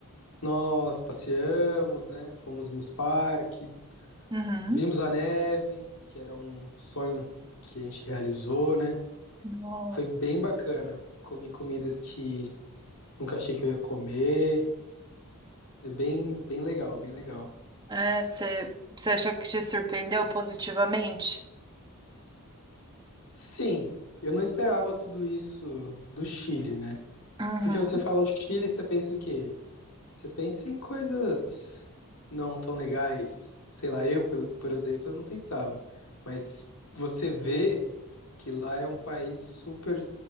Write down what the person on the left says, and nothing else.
nós passeamos, né, fomos em uns parques,
vimos a neve, que era um sonho que a gente realizou, né,
Foi bem bacana. Comi comidas que nunca achei que eu ia comer. É bem, bem legal, bem legal.
Sim, eu não esperava tudo isso do Chile, né?
Porque você fala o Chile, você pensa o quê? Você pensa em coisas não tão legais. Sei lá, eu, pelo- por exemplo, eu não pensava. Mas você vê que lá é um país super